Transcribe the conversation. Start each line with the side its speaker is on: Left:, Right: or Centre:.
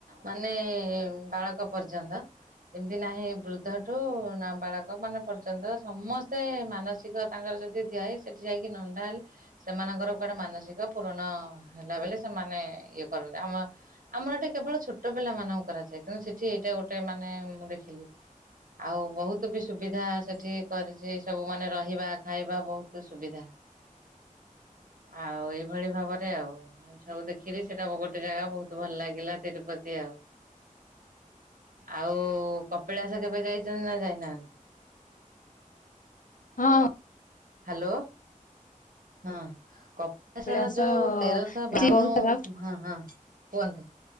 Right: ମାନେ ବାଳକ ପର୍ଯ୍ୟନ୍ତ ଏମିତି ନାହିଁ ବୃଦ୍ଧଠୁ ନା ବାଳକ ମାନ ପର୍ଯ୍ୟନ୍ତ ସମସ୍ତେ ମାନସିକ ତାଙ୍କର ଯଦି ଥିଆଏ, ସେଠି ଯାଇକି ନଣ୍ଡା ହେଲେ ସେମାନଙ୍କର କୁଆଡେ ମାନସିକ ପୂୁରଣ ହେଲା ବେଲେ, ସେମାନେ ଇଏ କରନ୍ତି। ଆମ ଆମର ଏଟି କେବଳ ଛୋଟ ପିଲା ମାନଙ୍କୁ କରାଯାଏ। କିନ୍ତୁ ସେଠି ଏଇଟା ଗୋଟେ ମାନେ, ମୁଁ ଦେଖିଲି। ଆଉ, ବହୁତ ବି ସୁବିଧା ସେଠି କରିଛି। ସବୁ ମାନେ ରହିବା ଖାଇବା ବହୁତ ସୁବିଧା। ଆଉ ଏଇଭଳି ଭାବରେ ଆଉ ସବୁ ଦେଖିଲି, ସେଇଟା ଗୋଟେ ଜାଗା ବହୁତ ଭଲ ଲାଗିଲା। ତିରୁପତି ଆଉ। ଆଉ, କପିଳାସ କେବେ ଯାଇଚନି ନା ଯାଇନାହାଁନ୍ତି?
Left: ହଁ।
Right: ହ୍ୟାଲୋ। ହଁ, କପେଶର
Left: କପିଳାସ
Right: ଯୋଉ ତେରଶହ
Left: ଯାଇଛି
Right: ବାଉନୁ,
Left: ବହୁତ ଥର
Right: ହଁ, ହଁ କୁହନ୍ତୁ।